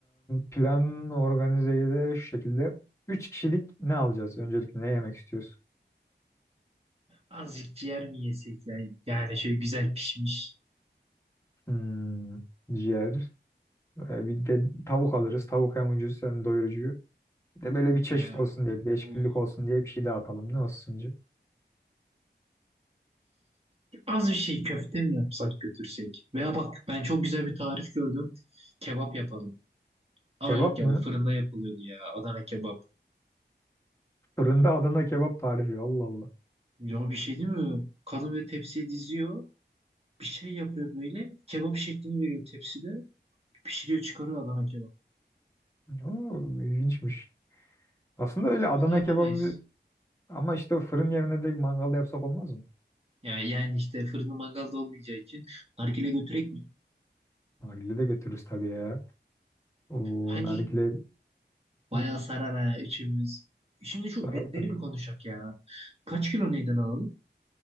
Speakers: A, on the left (about 15°); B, on the right (about 35°).
A: Plan organizeyi de şu şekilde. üç kişilik ne alacağız? Öncelikle ne yemek istiyoruz?
B: Azıcık ciğer mi yesek ya? Yani şöyle güzel pişmiş.
A: Hmm, ciğer. Ee, bir de tavuk alırız. Tavuk hem ucuz hem doyurucu. Bir de böyle bir çeşit
B: Ee,
A: olsun diye, bir değişiklik
B: olur.
A: olsun diye bir şey daha atalım. Ne olsun sence?
B: Az bir şey köfte mi yapsak götürsek? Veya bak ben çok güzel bir tarif gördüm. Kebap yapalım. Ama
A: Kebap
B: yok ya
A: mı?
B: o fırında yapılıyordu ya. Adana kebap.
A: Fırında Adana kebap tarifi. Allah Allah.
B: Ya bir şey değil mi? Kadın böyle tepsiye diziyor. bir şey yapıyor böyle. Kebap şeklini veriyor tepside. Pişiriyor çıkarıyor Adana kebap.
A: Oo, ilginçmiş. Aslında öyle
B: Ama
A: Adana
B: Onu yapamayız.
A: kebabı ama işte fırın yerine de mangalda yapsak olmaz mı?
B: Yani, yani işte fırında mangalda olmayacağı için nargile götürek mi?
A: Nargile de götürürüz tabii ya. O
B: Hangi
A: nargile
B: bayağı
A: Hı,
B: sarar ha içimiz. Şimdi şu
A: sarar
B: etleri
A: tabii.
B: bir konuşak ya. Kaç kilo neyden alalım?